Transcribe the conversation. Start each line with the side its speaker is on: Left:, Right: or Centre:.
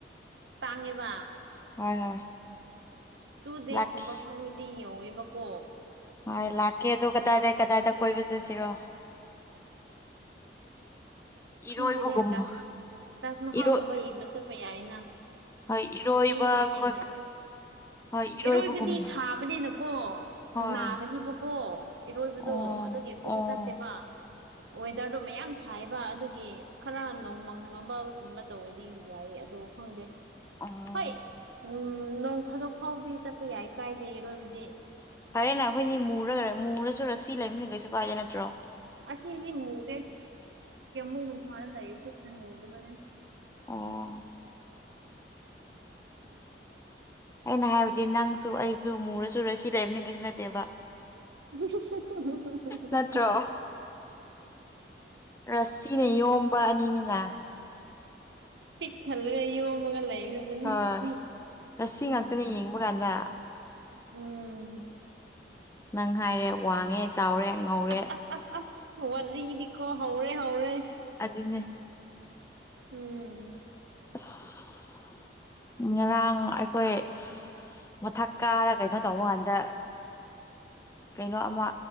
Right: ꯇꯥꯡꯉꯦꯕꯥ
Left: ꯍꯣꯏ ꯍꯣꯏ
Right: ꯇꯨ ꯗꯦꯖꯀꯨꯝꯕ
Left: ꯂꯥꯛꯀꯦ
Right: ꯐꯪꯂꯗꯤ ꯌꯧꯋꯦꯕꯀꯣ
Left: ꯍꯣꯏ ꯂꯥꯛꯀꯦ ꯑꯗꯨ ꯀꯗꯥꯏꯗꯩ ꯀꯗꯥꯏꯗ ꯀꯣꯏꯕ ꯆꯠꯁꯤꯔꯣ ꯏꯔꯣꯏꯕꯒꯨꯝꯕ
Right: ꯈꯪꯗꯦꯅꯦ ꯇꯥꯖ ꯇꯥꯖ ꯃꯍꯥꯜꯒꯨꯝꯕ
Left: ꯏꯔꯣꯏ
Right: ꯌꯦꯡꯕ ꯆꯠꯄ ꯌꯥꯏꯅ
Left: ꯍꯣꯏ ꯏꯔꯣꯏꯕ
Right: ꯃꯤꯗꯣ ꯌꯦꯡꯅꯕꯗꯨ
Left: ꯈꯣꯠꯄ ꯍꯣꯏ ꯏꯔꯣꯏꯕꯒꯨꯝꯕ
Right: ꯏꯔꯣꯏꯕꯗꯤ ꯁꯥꯕꯅꯦꯅꯀꯣ
Left: ꯍꯣꯏ
Right: ꯅꯥꯒꯅꯤꯕꯀꯣ ꯏꯔꯣꯏꯕꯗꯣ
Left: ꯑꯣ
Right: ꯑꯗꯨꯒꯤ ꯑꯈꯣꯏꯖꯨ
Left: ꯑꯣ
Right: ꯆꯠꯇꯦꯕꯥ ꯋꯦꯗꯔꯗꯣ ꯃꯌꯥꯝ ꯁꯥꯏꯌꯦꯕ ꯑꯗꯨ ꯒꯤ ꯈꯔ ꯅꯣꯡꯃꯪ ꯃꯒꯨꯝꯕ ꯇꯧꯔꯗꯤ ꯌꯥꯏꯌꯦ ꯑꯗꯣ ꯈꯪꯗꯦ
Left: ꯑꯝ
Right: ꯍꯣꯏ ꯎꯝ ꯅꯣꯡ ꯐꯥꯗꯣꯛ ꯐꯥꯎꯗꯤ ꯆꯠꯄ ꯌꯥꯏ ꯀꯥꯏꯗꯦ ꯏꯔꯣꯏꯕꯗꯤ
Left: ꯐꯔꯦꯅꯥ ꯑꯈꯣꯏꯅꯤ ꯃꯨꯔꯒ ꯃꯨꯔꯁꯨ ꯔꯁꯤ ꯂꯩꯝꯅꯤꯅ ꯀꯩꯁꯨ ꯀꯥꯏꯗꯦ ꯅꯠꯇ꯭ꯔꯣ
Right: ꯁꯤꯡꯗꯤ ꯃꯨꯗꯦ ꯑꯃꯨꯛ ꯅꯨꯡꯁꯥꯗ ꯅꯩꯔꯁꯨ ꯃꯗꯕꯅꯦ
Left: ꯑꯣ ꯑꯩꯅ ꯍꯥꯏꯕꯗꯤ ꯅꯪꯁꯨ ꯑꯩꯁꯨ ꯃꯨꯔꯁꯨ ꯔꯁꯤ ꯂꯩꯕꯅꯤꯅ ꯀꯩꯁꯨ ꯅꯠꯇꯦꯕꯥ
Right: ꯍꯤ ꯍꯤ ꯍꯤ ꯍꯤ ꯍ
Left: ꯅꯠꯇ꯭ꯔꯣ
Right: ꯍ
Left: ꯔꯁꯤꯅ ꯌꯣꯝꯕ ꯑꯅꯤꯅꯤꯅꯥ
Right: ꯄꯤꯛ ꯊꯜꯂꯒ ꯌꯣꯝꯃꯒ ꯂꯩ ꯂꯩꯔꯕꯅꯤꯅ
Left: ꯍꯣꯏ
Right: ꯎꯝ
Left: ꯔꯁꯤ
Right: ꯎꯝ
Left: ꯉꯥꯛꯇꯅꯦ ꯌꯦꯡꯕ ꯀꯥꯟꯗ
Right: ꯎꯝ
Left: ꯅꯪ ꯍꯥꯏꯔꯦ ꯋꯥꯡꯉꯦ ꯆꯥꯎꯔꯦ ꯉꯧꯔꯦ
Right: ꯑꯁ ꯑꯁ ꯑꯁ ꯑꯁ ꯋꯥꯔꯤꯗꯤꯀꯣ ꯍꯧꯔꯦ ꯍꯧꯔꯦ
Left: ꯑꯗꯨꯅꯦ
Right: ꯎꯝ
Left: ꯑꯁ ꯉꯔꯥꯡ ꯑꯩꯈꯣꯏ ꯃꯊꯛ ꯀꯥꯔ ꯀꯩꯅꯣ ꯇꯧꯕ ꯀꯥꯟꯗ ꯀꯩꯅꯣ ꯑꯃ